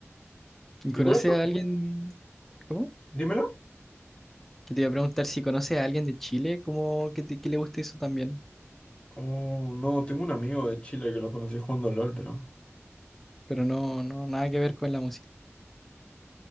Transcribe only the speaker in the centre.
¿Y conoces
a alguien? ¿Cómo?
Que te iba a preguntar si conoces a alguien de Chile, como que, te- que le guste eso también.
Pero no, no, nada que ver con la música.